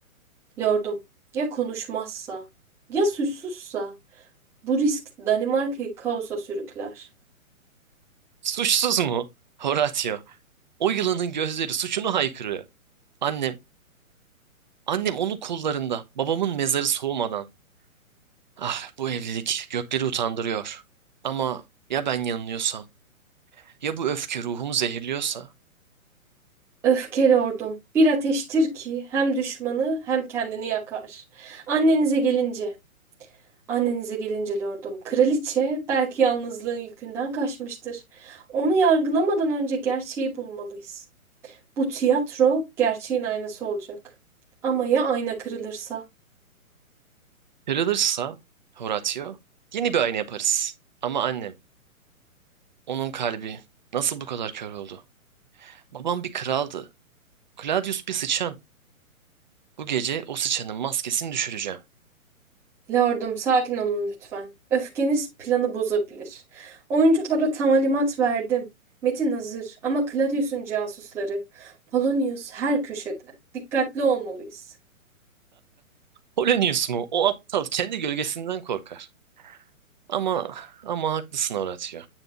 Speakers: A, in the centre; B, on the right (about 30°).
A: Lordum, ya konuşmazsa, ya suçsuzsa bu risk Danimarka'yı kaosa sürükler.
B: Suçsuz mu? Horatio. O yılanın gözleri suçunu haykırıyor. Annem, annem onun kollarında, babamın mezarı soğumadan. Ah, bu evlilik gökleri utandırıyor. Ama ya ben yanılıyorsam, ya bu öfke ruhumu zehirliyorsa,
A: Öfke lordum, bir ateştir ki hem düşmanı hem kendini yakar. Annenize gelince, annenize gelince lordum, kraliçe belki yalnızlığın yükünden kaçmıştır. Onu yargılamadan önce gerçeği bulmalıyız. Bu tiyatro gerçeğin aynası olacak. Ama ya ayna kırılırsa?
B: kırılırsa Horatio, yeni bir ayna yaparız. Ama annem, onun kalbi nasıl bu kadar kör oldu? Babam bir kraldı. Claudius bir sıçan. Bu gece o sıçanın maskesini düşüreceğim.
A: Lordum, sakin olun lütfen. Öfkeniz planı bozabilir. Oyunculara talimat verdim. Metin hazır ama Claudius'un casusları. Polonius her köşede. Dikkatli olmalıyız.
B: Polonius mu? O aptal kendi gölgesinden korkar. Ama ama haklısın Horatio.